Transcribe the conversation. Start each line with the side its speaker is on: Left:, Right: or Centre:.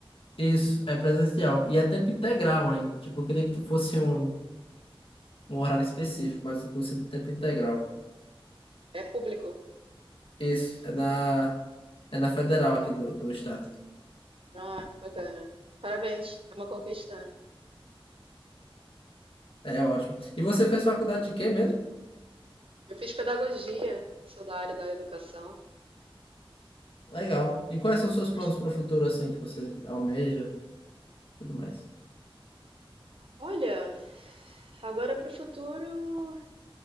Left: Isso, é presencial. E é tempo integral ainda. Tipo, eu queria que fosse um, um horário específico, mas o curso é de tempo integral.
Right: É público.
Left: Isso, é na, é na federal aqui do, do estado.
Right: Ah, que bacana. Parabéns, é uma conquista. né?
Left: É ótimo. E você fez faculdade de quê mesmo?
Right: Eu fiz pedagogia, sou da área da educação,
Left: Legal. E quais são os seus
Right: mas
Left: planos para o futuro, assim, que você almeja, tudo mais?
Right: olha, agora para o futuro,